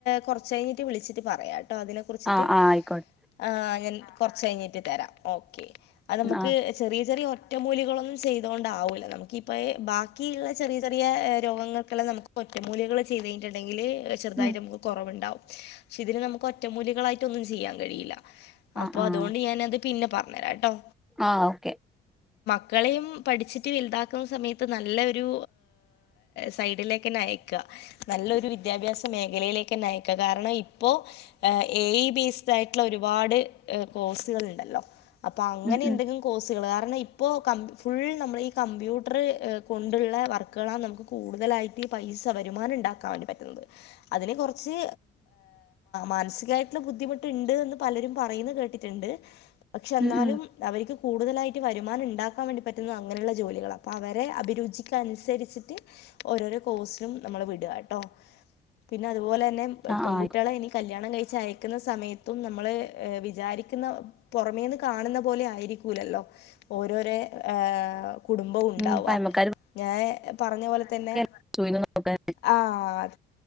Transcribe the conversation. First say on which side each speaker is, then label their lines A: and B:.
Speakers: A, on the left; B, in the centre.
A: കൊറച്ച കഴിഞ്ഞിട്ട് വിളിച്ചിട്ട് പറയാം കേട്ടോ അതിനെ കുറിച്ചിട്ട്-
B: ആഹ് ആഹ് ആയിക്കോട്ടെ
A: ആഹ് ഞാൻ കൊറച്ച് കഴിഞ്ഞിട്ട് തരാം ഓക്കെ അത് നമ്മുക്ക്-
B: ആഹ്
A: ചെറിയ ചെറിയ ഒറ്റമൂലികളൊന്നും ചെയ്തോണ്ടാവൂല്ല നമുക്കിപ്പ ബാക്കിയുള്ള ചെറിയ ചെറിയ രോഗങ്ങൾ - നമുക്ക് ഒറ്റമൂലികള് ചെയ്ത് കഴിഞ്ഞട്ടുണ്ടെങ്കില് ചെറുതായിട്ട്
B: ഉം
A: നമുക്ക് കൊറവുണ്ടാവും പക്ഷെ ഇതിന് നമുക്ക് ഒറ്റമൂലികളായിട്ട് ഒന്നും ചെയ്യാൻ കഴിയില്ല
B: ആഹ്
A: അപ്പോ
B: ആഹ്
A: അതുകൊണ്ട് ഞാനത്- പിന്നെ പറഞ്ഞുതരാട്ടോ
B: ആഹ് ഓക്കെ
A: മക്കളെയും പഠിച്ചിട്ട് വലുതാക്കുന്ന സമയത്ത് നല്ലൊരു സൈഡിലേക്ക് തന്നെ അയക്കുക നല്ലൊരു വിദ്യാഭ്യാസ മേഖലയിലേക്ക് തന്നെ അയക്കാം കാരണം ഇപ്പോ- എ ഈ ബേസ്ഡ് ആയിട്ടുള്ള ഒരുപാട് കോഴ്സുകൾ ഇണ്ടല്ലോ അപ്പൊ അങ്ങനെ
B: ഉം
A: എന്തെങ്കിലും-
B: ഉം
A: കോഴ്സുകൾ കാരണം ഇപ്പോൾ ക ഫുള്ള് നമ്മള് ഈ കമ്പ്യൂട്ടർ കൊണ്ടുള്ള വർക്കുകളാണ് നമുക്ക്- കൂടുതലായിട്ട് ഈ പൈസ വരുമാനം ഉണ്ടാക്കാൻവേണ്ടി പറ്റുന്നത് അതിന് കൊറച്ച് മാനസികമായിട്ടുള്ള ബുദ്ധിമുട്ട് യിണ്ട് എന്ന് പലരും പറയുന്ന കേട്ടിട്ടുണ്ട് പക്ഷെ എന്നാലും-
B: ഉം ഉം
A: അവർക്ക് കൂടുതലായിട്ട് വരുമാനം ഇണ്ടാക്കാൻ വേണ്ടി പറ്റുന്ന അങ്ങനെയുള്ള ജോലികളാണ് അവരെ അഭിരുചിക്കനുസരിച്ചിട്ട്- ഓരോരോ കോഴ്സിലും നമ്മള് വിടുക കേട്ടോ പിന്നെ അതുപോലെ തന്നെ
B: ആഹ്
A: പെൺകുട്ടികളെ
B: ആഹ് ആയിക്കോട്ടെ
A: എനിക്ക്- കല്യാണം കഴിച്ച് അയക്കുന്ന സമയത്തും നമ്മള് വിചാരിക്കുന്ന- പൊറമേന്ന് കാണുന്ന പോലെ ആയിരിക്കൂലല്ലോ ഓരോര് ആഹ- കുടുംബം ഉണ്ടാവുവ
B: ഉം പഴമക്കാര്
A: ഞാൻ പറഞ്ഞ പോലെ തന്നെ-
B: <unintelligible>
A: ആഹ്